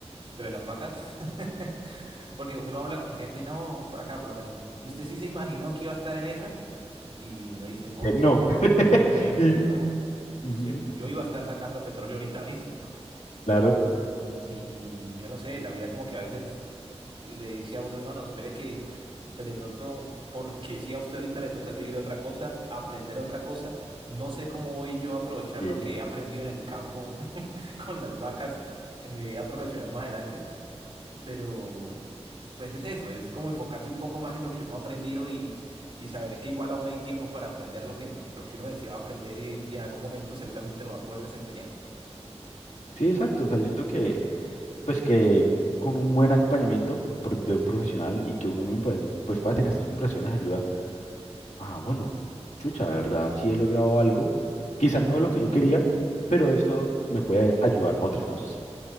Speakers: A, on the right; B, on the left.
A: lo de las vacas, <laughs> porque uno habla con gente y no, por acá por lo menos. Y usted sí se imaginó que iba a estar en esas y uno dice, no,
B: Que
A: o
B: no.
A: sea,
B: <laughs>
A: ob- obviamente
B: Y,
A: no.
B: ujú,
A: Según yo iba a estar sacando petróleo ahorita mismo.
B: claro.
A: Y, y yo no sé, la vida como que a veces le dice a uno, hermano, espere que, pues de pronto, porque si a usted ahorita le toca vivir otra cosa, aprender otra cosa, no sé cómo voy yo a aprovechar
B: Sí.
A: lo que he aprendido en el campo <laughs> con las vacas en mi vida profesional más adelante, pero pues es eso, es como enfocarse un poco más en lo que uno ha aprendido y, y saber que igual aún hay tiempo para aprender lo que, lo que uno deseaba aprender y, y en algún momento seguramente lo va a poder desempeñar.
B: Sí, exacto. O sea, yo siento que pues que con un buen acompañamiento por- de un profesional y que uno mismo puede- pues pueda tener estas conversaciones ayuda ah bueno chucha de verdad sí he logrado algo quizás no lo que yo quería pero esto me puede ayudar para otras cosas